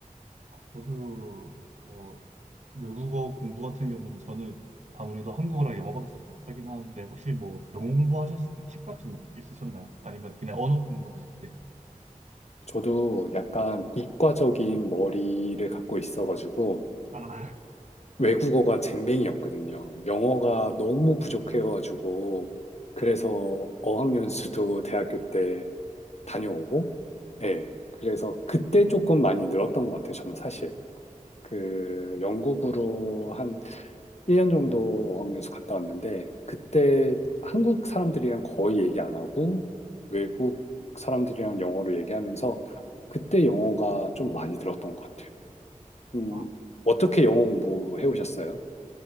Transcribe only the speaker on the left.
저도 약간 이과적인 머리를 갖고 있어가지고
외국어가 쟁뱅이었거든요. 영어가 너무 부족해가지고 그래서 어학연수도 대학교 때 다녀오고 예. 그래서 그때 조금 많이 늘었던 것 같아요. 저는 사실 그 영국으로 한 1년 정도 어학연수 갔다 왔는데 그때 한국 사람들이랑 거의 얘기 안 하고 외국 사람들이랑 영어로 얘기하면서 그때 영어가 좀 많이 늘었던 것 같아요. 음,
어떻게 영어 공부해 오셨어요?